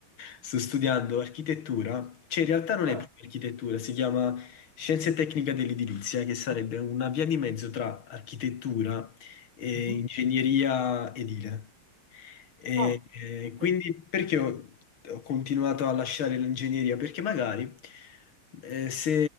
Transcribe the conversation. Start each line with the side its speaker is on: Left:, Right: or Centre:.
Left: sto studiando architettura, cioè in realtà non
Right: Ah,
Left: è proprio architettura, si chiama Scienze Tecnica dell'Edilizia, che sarebbe una via di mezzo tra architettura e
Right: mhm.
Left: ingegneria edile. E,
Right: Ah,
Left: eh,
Right: ok.
Left: quindi perché ho, ho continuato a lasciare l'ingegneria? Perché magari eh, se